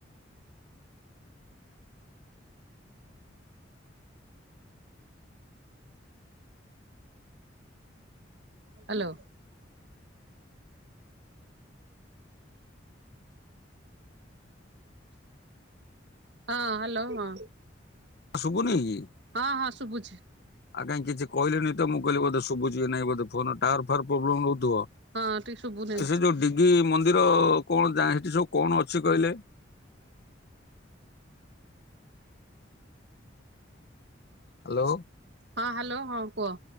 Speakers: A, on the right (about 65°); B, on the left (about 55°).
A: ହ୍ୟାଲୋ ହଁ ହ୍ୟାଲୋ ହଁ।
B: ଶୁଭୁନି କି?
A: ହଁ ହଁ ଶୁଭୁଚି।
B: ଆଉ କାଇଁ କିଛି କହିଲି ତ ମୁଁ କହିଲି ବୋଧେ ଶୁଭୁଚି ନାଇଁ ବୋଧେ ଫୋନ ଟୱାର ଫୱେର ପ୍ରୋବ୍ଲେମ ହଉଥିବ
A: ହଁ ଟିକେ ଶୁଭୁନି
B: ସେ ଯୋଉ ଡି କି ମନ୍ଦିର କଣ ଯା ସେଠି ସବୁ କଣ ଅଛି କହିଲେ? ହ୍ୟାଲୋ
A: ହଁ ହ୍ୟାଲୋ ହଁ କୁହ?